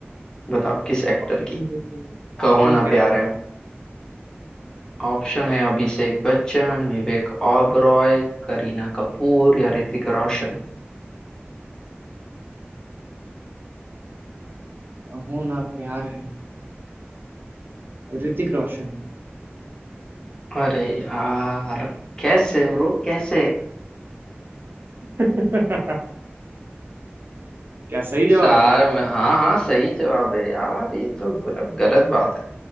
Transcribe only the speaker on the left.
बताओ किस एक्टर
की कहो
ना
प्यार
है ऑप्शन है अभिषेक बच्चन विवेक ओबरॉय करीना कपूर या ऋतिक रोशन
अरे यार कैसे ब्रो कैसे
सार
में हाँ हाँ सही जवाब है यार ये तो मतलब गलत बात